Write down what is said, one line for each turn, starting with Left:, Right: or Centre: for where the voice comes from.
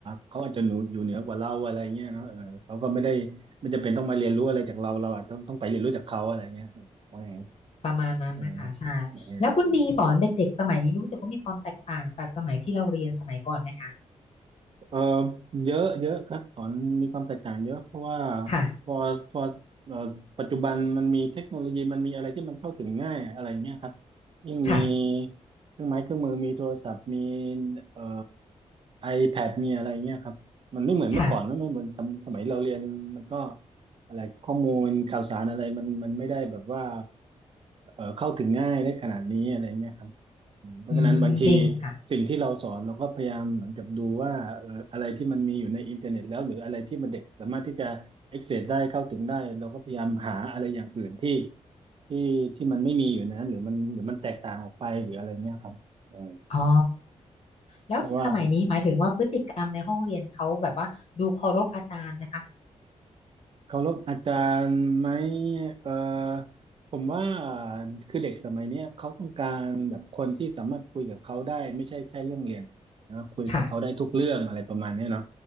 Right: เขาอาจจะหนูอยู่เหนือกว่าเราอะไรเงี้ยเนาะเออเขาก็ไม่ได้ไม่จำเป็นต้องมาเรียนรู้อะไรจากเราเราอะต้องต้องไปเรียนรู้จากเขาอะไรเงี้ยว่าไง
Left: ประมาณนั้นนะคะใช่แล้วคุณดีสอนเด็กๆสมัยนี้รู้สึกว่ามีความแตกต่างจากสมัยที่เราเรียนสมัยก่อนไหมคะ
Right: เออเออ เอ่อเยอะเยอะครับสอนมีความแตกต่างเยอะเพราะว่า
Left: ค่ะ
Right: พอพอเอ่อปัจจุบันมันมีเทคโนโลยีมันมีอะไรที่มันเข้าถึงง่ายอะไรเงี้ยครับยิ่งมี
Left: ค่ะ
Right: เครื่องไม้เครื่องมือมีโทรศัพท์มีเอ่อ iPad มีอะไรเงี้ยครับมันไม่เหมือนเมื่อก่อนนะไม่เหมือนสมสมัยเราเรียนมันก็
Left: ค่ะ
Right: อะไรข้อมูลข่าวสารอะไรมันมันไม่ได้แบบว่าเอ่อเข้าถึงง่ายได้ขนาดนี้อะไรเงี้ยครับ เพราะฉะนั้นบางที
Left: อืมจริงค่ะ
Right: สิ่งที่เราสอนเราก็พยายามเหมือนกับดูว่าเอ่ออะไรที่มันมีอยู่ในอินเทอร์เน็ตแล้วหรืออะไรที่มันเด็กสามารถที่จะ access ได้เข้าถึงได้เราก็พยายามหาอะไรอย่างอื่นที่ที่ที่มันไม่มีอยู่ในนั้นหรือมันหรือมันแตกต่างออกไปหรืออะไรเงี้ยครับเออ
Left: อ๋อแล้วเด็กสมัยนี้หมายถึงว่าพฤติกรรมในห้องเรียนเขาแบบว่าดูเคารพอาจารย์นะคะ
Right: เพราะว่า เคารพอาจารย์ไหมเอ่อผมว่าคือเด็กสมัยเนี้ยเขาต้องการแบบคนที่สามารถคุยกับเขาได้ไม่ใช่แค่เรื่องเรียนนะคุยกับเขาได้ทุกเรื่องอะไรประมาณเนี้ยเนาะ
Left: ค่ะ